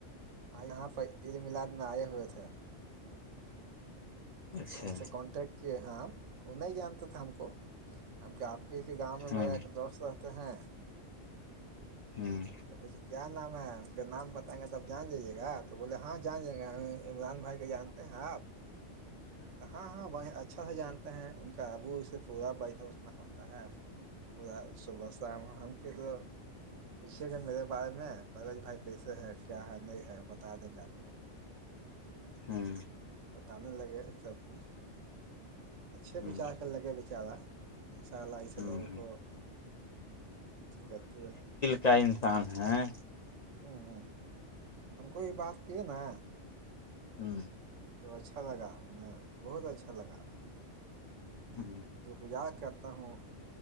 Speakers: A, on the right; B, on the left.
A: یہاں پرہ عد ملاد میں آئے ہوئے تھے
B: اچھا
A: تو ان سے کانٹیکٹ کیے ہیں وہ نہیں جانتے تھا ہم کو ہم کیا آپ کی کہ گاؤں میں
B: ہاں
A: میرا ایک دوست رہتے ہیں
B: ہاں
A: ے کیا نام ہے ہم کے نام بتائیں گے تب جان جائیے گا تو بولے ہاں جان جائیں گے ہم عمران بھائی کے جان آپ ہاں ہاں وہ اچھا س جان ان کا ابو اس سے پورا ب اتنا ہوتا ہے پورا صبح شام ہم کیا تو پوچھیے گا میرے بارے میں پرلج بھائی کیسے ہے کیا ہے نہیں ہے بتا دیں گے آپ کو <unintelligible> <unintelligible>
B: ہاں
A: بتانے لگے سب کچھ اچھے
B: ہاں
A: بچار کر لگے بیچارا انشاء اللہ اس
B: ہاں
A: لوگوں کو اھی کرتے
B: کیا انسان ہیں
A: ہوں ہ ہم کو یہ بات کیے نا
B: ہوں
A: تو اچھا لگا انیں بہت اچھا لگا
B: ہ
A: گجار کرتا ہوں